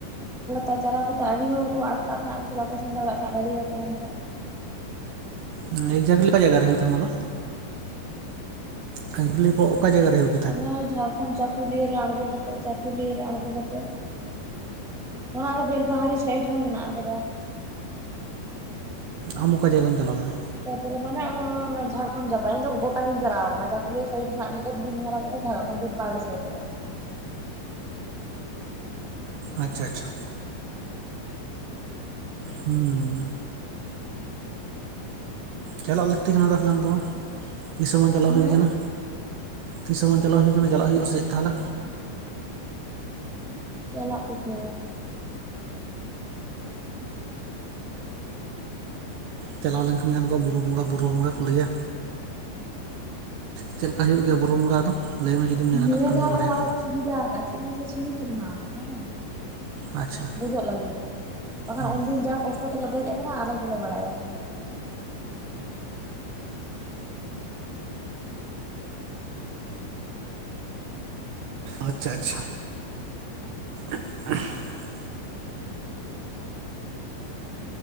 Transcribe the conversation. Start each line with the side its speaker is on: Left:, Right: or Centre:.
Centre: ᱛᱚ ᱪᱟᱞᱟᱣ ᱠᱟᱛᱮᱜ ᱟᱹᱰᱤ ᱦᱚᱲ ᱠᱚ ᱟᱴ ᱠᱟᱜ ᱛᱟᱦᱮᱸᱱᱟ ᱥᱮ ᱵᱟᱠᱚ ᱥᱮᱱ ᱫᱟᱲᱮ ᱛᱟᱦᱮ ᱜᱟᱹᱰᱤ ᱵᱟᱠᱚ ᱧᱟᱢᱟ ᱛᱟᱦᱮᱱ᱾
Right: <unintelligible> ᱡᱟᱭᱜᱟ ᱨᱮ ᱦᱩᱭᱩᱜᱼᱟ ᱚᱱᱟ ᱫᱚ <unintelligible> ᱠᱚ ᱚᱠᱟ ᱡᱟᱭᱜᱟ ᱨᱮ ᱦᱩᱭᱩᱜᱼᱟ᱾
Centre: ᱚᱱᱮ ᱡᱷᱟᱲᱠᱷᱚᱸᱰ ᱪᱟᱹᱠᱩᱞᱤᱭ ᱨᱮ ᱟᱲᱜᱚ ᱠᱟᱛᱮᱜ ᱪᱟᱹᱠᱩᱞᱤᱭ ᱨᱮ ᱟᱲᱜᱚ ᱠᱟᱛᱮᱜ ᱚᱱᱟ ᱨᱮ ᱵᱮᱞ ᱯᱟᱦᱟᱲᱤ ᱥᱟᱭᱤᱰ ᱨᱮ ᱦᱚᱸ ᱢᱮᱱᱟᱜ ᱟᱠᱟᱫᱟ᱾
Right: ᱟᱢ ᱚᱠᱟ ᱡᱟᱭ ᱜᱟᱢ ᱪᱟᱞᱟᱣ ᱞᱮᱱᱟ᱾
Centre: ᱛᱟᱯᱚᱨ ᱮ ᱢᱟᱱᱮ ᱡᱷᱟᱲᱠᱷᱚᱸᱰ ᱪᱟᱯᱟᱜ ᱤᱧ ᱫᱚ ᱜᱚᱴᱟ ᱜᱤᱧ ᱪᱟᱞᱟᱣ ᱟᱠᱟᱱᱟ ᱪᱟᱹᱠᱩᱞᱤᱭᱟᱹ ᱥᱟᱭᱤᱰ ᱨᱮᱱᱟᱜ <unintelligible> ᱜᱤᱧ ᱧᱮᱞ ᱟᱠᱟᱫᱟ ᱚᱱᱟ ᱵᱮᱞ ᱯᱟᱦᱟᱲᱤ ᱥᱟᱭᱤᱰ ᱨᱮ
Right: ᱟᱪᱪᱷᱟ ᱟᱪᱪᱷᱟ ᱦᱩᱸ ᱪᱟᱞᱟᱜ ᱞᱟᱹᱠᱛᱤ ᱠᱟᱱᱟ ᱛᱟᱦᱚᱞᱮ ᱟᱢ ᱛᱤᱥ ᱦᱚ ᱵᱟᱝ ᱪᱟᱞᱟᱣ
Centre: ᱦᱮᱸ
Right: ᱦᱩᱭᱩ ᱠᱟᱱᱟ᱾ ᱛᱤᱥ ᱦᱚ ᱵᱟᱝ ᱪᱟᱞᱟᱣ ᱦᱩᱭ ᱠᱟᱱᱟ ᱪᱟᱞᱟᱜ ᱦᱩᱭᱩᱜᱼᱟ ᱥᱮ ᱪᱮᱫ ᱛᱟᱦᱚᱞᱮ?
Centre: ᱪᱟᱞᱟᱜ ᱯᱮ ᱪᱚ
Right: ᱪᱟᱞᱟᱣ ᱞᱮᱱ ᱠᱷᱟᱱ ᱜᱟᱱ ᱠᱚᱼᱟ ᱵᱩᱨᱩ ᱵᱚᱸᱜᱟ ᱵᱩᱨᱩ ᱵᱚᱸᱜᱟ ᱠᱚ ᱞᱟᱹᱤᱭᱟ᱾ ᱪᱮᱫ ᱞᱮᱠᱟ ᱦᱩᱭᱩᱜ ᱜᱮᱭᱟ ᱵᱩᱨᱩ ᱵᱚᱸᱜᱟ ᱫᱚ ᱞᱟᱹᱭ ᱢᱮ ᱡᱩᱫᱤᱢ
Centre: ᱱᱤᱭᱟᱹ
Right: ᱧᱮᱞ ᱟᱠᱟᱫ ᱠᱷᱟᱱ
Centre: ᱫᱷᱟᱣ
Right: ᱫᱚ ᱵᱟᱨᱭᱟ
Centre: ᱵᱚᱨᱚᱝ ᱟᱨᱚ ᱠᱚ ᱥᱩᱵᱤᱫᱷᱟ ᱪᱮᱫ ᱞᱟ. ᱭ ᱢᱮᱥᱮ ᱥᱤᱲᱤ ᱠᱚ ᱵᱮᱱᱟᱣ ᱟᱠᱟᱫᱟ᱾ ᱵᱟᱲᱟᱭ ᱟᱢ
Right: ᱟᱪᱪᱷᱟ
Centre: ᱫᱮ ᱡᱚᱜ ᱞᱟᱹᱜᱤᱫ ᱵᱟᱠᱷᱟᱱ
Right: ᱚ
Centre: ᱩᱱ ᱫᱤᱱ ᱡᱟ ᱠᱚᱥᱴᱚ ᱛᱮ ᱞᱮ ᱫᱮᱡ ᱟᱠᱟᱱᱟ ᱟᱞᱮ ᱜᱮ ᱞᱮ ᱵᱟᱲᱟ ᱭᱟ᱾
Right: ᱟᱪᱪᱷᱟ ᱟᱪᱪᱷᱟ <unintelligible>